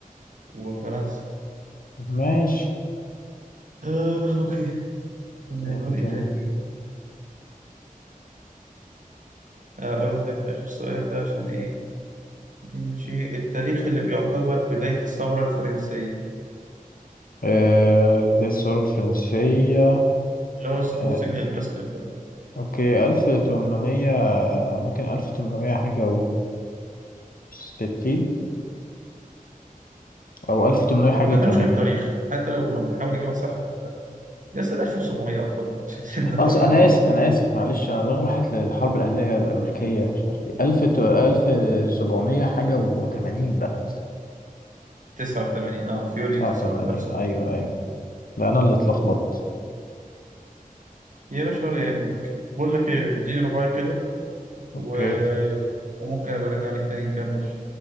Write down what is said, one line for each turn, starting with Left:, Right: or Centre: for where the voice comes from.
Right: وفرنسا
Left: ماشي
Right: آه اوكي كنا
Left: اوكي
Right: نقول ايه تاني اقول لك اخر سؤال ده عشان ايه نمشي التاريخ اللي بيعتبر بداية الثورة الفرنسية
Left: آه، ده الثورة الفرنسية
Right: اللي هو سقوط
Left: آه،
Right: سجن الباستيل ده
Left: اوكي ألف تمنمية ممكن ألف تمنمية حاجة وستين أو ألف تمنمية حاجة
Right: احنا
Left: وتمانين
Right: ده مشكلة في التاريخ حتى لو بنحاول نجيبها صح يا اسطى ده 1700 أو كده عشان
Left: أص...
Right: <laughs> نتفق
Left: أنا
Right: مع
Left: آسف
Right: بعض
Left: أنا آسف معلش أنا دماغي راحت للحرب الأهلية الأمريكية مش عارف إيه ألف ت... ألف سبعمية حاجة وتمانين بقى
Right: 89 اه في يوليو
Left: تسعة
Right: 9
Left: وتمانين
Right: 1900
Left: أيوه أيوه ده أنا اللي اتلخبطت
Right: يا باشا ولا يهمك بقول لك ايه اديني رباعي كده وممكن
Left: اوكي
Right: ابقى ارن عليك تاني نكمل